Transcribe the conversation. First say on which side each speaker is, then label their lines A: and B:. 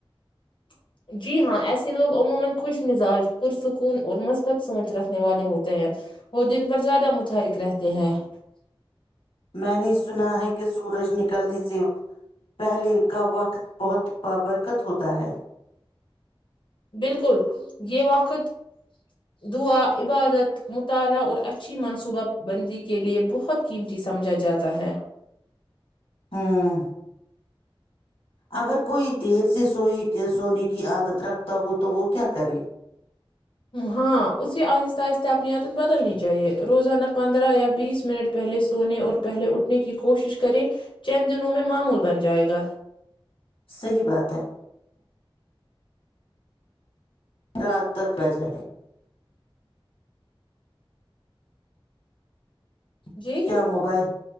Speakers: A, on the left; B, on the left.
A: <unintelligible>
B: میں نے سنا ہے کہ سورج نکلنے سے پہلے کا وقت بہت بابرکت ہوتا ہے
A: بالکل یہ وقت دعا عبادت مطالعہ اور اچھی منصوبہ بندی کےلئے بہت قیمتی سمجھا جاتا ہے
B: ہوں اگر کوئی دیر سے سو سونے کی عادت رکھتا ہو تو وہ کیا کرے
A: ہاں اسے آہستہ آہستہ اپنی عادت بدلنی چاہیے روزانہ پندرہ یا بیس منٹ پہلے سونے اور پہلے اٹھنے کی کوشش کرے چند دنوں میں معمول بن جائے گا
B: صحی بات ہے رات تک آجے
A: جی
B: کیا موبائل <unintelligible>